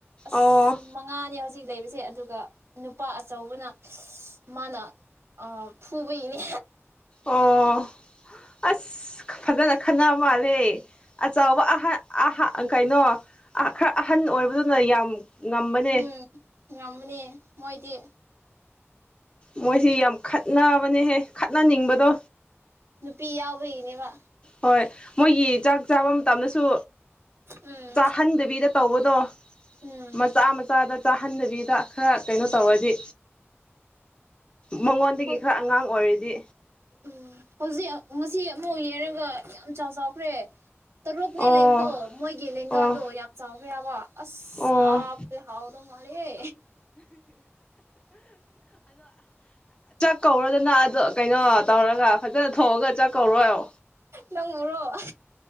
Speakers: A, on the right; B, on the left.
A: ꯑꯁ
B: ꯑꯣ
A: ꯃꯠ ꯉꯥꯅꯦ ꯍꯧꯖꯤꯛ ꯂꯩꯕꯁꯦ ꯑꯗꯨꯒ ꯅꯨꯄꯥ ꯑꯆꯧꯕꯅ ꯃꯥꯅ ꯑ ꯐꯨꯕꯤꯕ
B: ꯑꯣ ꯑꯁ ꯐꯖꯅ ꯈꯟꯅ ꯃꯥꯜꯂꯦ ꯑꯆꯧꯕ ꯑꯍ ꯑꯍꯥ ꯀꯩꯅꯣ ꯈꯔ ꯑꯍꯟ ꯑꯣꯏꯕꯗꯨꯅ ꯌꯥꯝ ꯉꯝꯕꯅꯦ
A: ꯎꯝ ꯉꯝꯕꯅꯦ ꯃꯣꯏꯗꯤ
B: ꯃꯣꯏꯁꯤ ꯌꯥꯝ ꯈꯠꯅꯕꯅꯦꯍꯦ ꯈꯠꯅꯅꯤꯡꯕꯗꯣ
A: ꯅꯨꯄꯤ ꯌꯥꯎꯕꯒꯤꯅꯦꯕ
B: ꯍꯣꯏ ꯃꯣꯏꯒꯤ ꯆꯥꯛ ꯆꯥꯕ ꯃꯇꯝꯗꯁꯨ
A: ꯎꯝ
B: ꯆꯥꯍꯟꯗꯕꯤꯗ ꯇꯧꯕꯗꯣ
A: ꯎꯝ
B: ꯃꯆꯥ ꯃꯆꯥꯗ ꯆꯥꯍꯟꯗꯕꯤꯗ ꯈꯔ ꯀꯩꯅꯣ ꯇꯧꯔꯗꯤ ꯃꯉꯣꯟꯗꯒꯤ
A: ꯍꯣꯏ
B: ꯈꯔ ꯑꯉꯥꯡ ꯑꯣꯏꯔꯗꯤ
A: ꯎꯝ ꯍꯧꯖꯤꯛ ꯉꯁꯤ ꯑꯃꯨꯛ ꯌꯦꯡꯔꯒ ꯌꯥꯝ ꯆꯥꯎ ꯆꯥꯎꯈ꯭ꯔꯦ ꯇꯔꯨꯛꯅꯦ
B: ꯑꯣ
A: ꯂꯩꯕꯗꯣ ꯃꯣꯏꯒꯤ ꯂꯦꯡꯒꯥꯗꯣ
B: ꯑꯣ
A: ꯌꯥꯝ ꯆꯥꯎꯈ꯭ꯔꯦ ꯍꯥꯏꯕ ꯑꯁ
B: ꯑꯣ
A: ꯆꯥꯛꯇ ꯍꯥꯎꯗꯧ ꯃꯥꯜꯂꯤꯍꯦ
B: ꯀꯧꯔꯣꯗꯅꯥ ꯑꯗꯣ ꯀꯩꯅꯣ ꯇꯧꯔꯒ ꯐꯖꯅ ꯊꯣꯡꯉꯒ ꯆꯥꯛ ꯀꯧꯔꯣ ꯍꯥꯏꯌꯣ
A: ꯅꯪꯕꯨꯔꯣ <unintelligible>